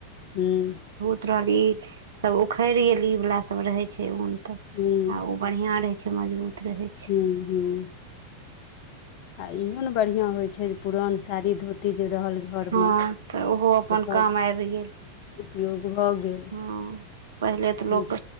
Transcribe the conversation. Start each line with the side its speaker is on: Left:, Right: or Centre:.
Left: हूँ
Right: रहली सब उखड़ गेली इ वला सब रहे छै ऊन त
Left: हूँ
Right: आ ओ बढ़िआँ रहै छै मजबूत रहै छै
Left: हू हूँ आ इहो ने बढ़िया होय छै जे पुरान साड़ी धोती जे रहल घरमे
Right: हँ तऽ ओहो अपन
Left: ओकर
Right: काम आबि गेल
Left: उपयोग भऽ गेल
Right: ह पहिले तऽ
Left: हूँ
Right: लोक